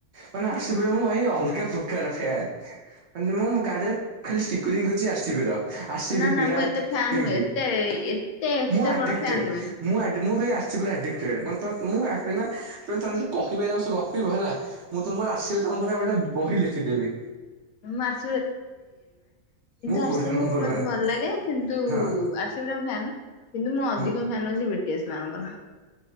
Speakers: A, on the right; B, on the left.
A: ମାନେ ଆସିବି ମୁଁ ଭାଇ ଅଲଗା ପ୍ରକାର ଫାନ ମାନେ ମୁଁ ଗାଡିରେ ଖାଲି ଷ୍ଟିକରିଂ କରିୁଛି ଆସିବି ର। ଆର ସି
B: ନା
A: ପ୍
B: ନା
A: ବିରାଟ
B: ମୁଁ ଏତେ ଫ୍ୟାନ
A: କେକ
B: ନୁହେଁ ଏତେ ଏତେ ଏତେ
A: ମୁଁ ଆଡିକଟେ
B: ବଡ ଫ୍ୟାନ ନୁହେଁ।
A: ମୁ ମୁଁ ଭାଇ ଆସିଛି ପଟେ ତ ମୁଁ ତେ ତମେ ଯଦି କହିବାରି ସବ ଗପିବ ହେଲା ମୁଁ ତମର ଆର ସି ପ୍ ତମ ପୁର ଗୋଟେ ବହି ଲେଖିଦେବି।
B: <unintelligible> କିନ୍ତୁ
A: ମୁଁ
B: ଆରଷିବ
A: ପୁରା ନମ୍ବର
B: ମତେ
A: ୱାନ
B: ଭଲ ଲାଗେ କିନ୍ତୁ ଆରସି
A: ହଁ
B: ଵି ର ଫ୍ୟାନ। କିନ୍ତୁ ମୁଁ ଅଧିକ
A: ହୁଁ
B: ଫ୍ୟାନ୍ ଅଛି ମଣଙ୍କ